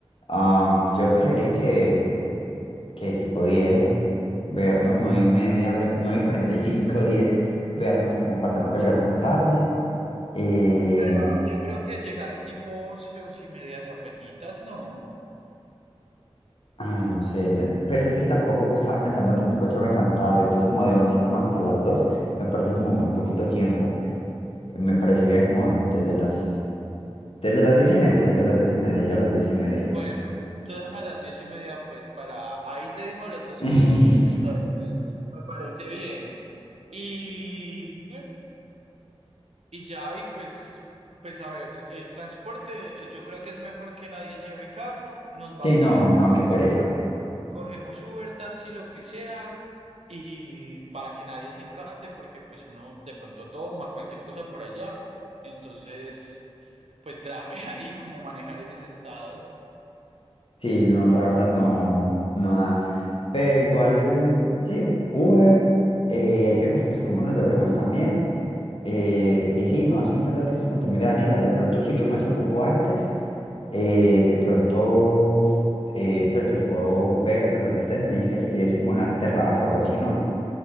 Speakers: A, on the left (about 60°); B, on the right (about 85°).
A: Am, yo creería que, que tipo 10, vernos 9 y media, ve- 9 y cuarenta y cinco, 10, vernos como para tampoco llegar tan tarde. Eh,
B: Pero ah, yo creo que llegar tipo once 11 y media apenitas, no.
A: ay, no sé, de- pues es que tampoco estaba pensando tampoco entrarme tan tarde, entonces como de 11 como hasta las 2 me parece como muy poquito tiempo. Me parece bien como desde las, desde las 10 y media, desde las 10 y media, ya a las 10 y media.
B: Bueno, entonces a las 10 y media, pues para... Ahí seguimos los dos
A: <laughs>
B: un poquito, entonces me parece bien. Y, ¿qué? y ya, y pues, pues a ver, el transporte, eh, yo creo que es mejor que nadie lleve carro, nos vamos
A: Sí, no,
B: en, cogemos,
A: no, qué pereza.
B: cogemos Uber, taxi, lo que sea, y para que nadie se encarte, porque pues uno de pronto toma cualquier cosa por allá. Entonces... pues grave <laughs> ahí como manejar en ese estado.
A: Sí, no, la verdad no, no da. Pero igual, sí, Uber, eh, ahí vemos pues cómo nos devolvemos también. eh, y sí, me vas contando que es con tu amiga Daniela. De pronto, si yo me desocupo
B: Bu-
A: antes, eh, de pronto, eh, pues los puedo ver, pues donde estén. Me dijiste que querías ir como a una terraza o algo así, ¿no?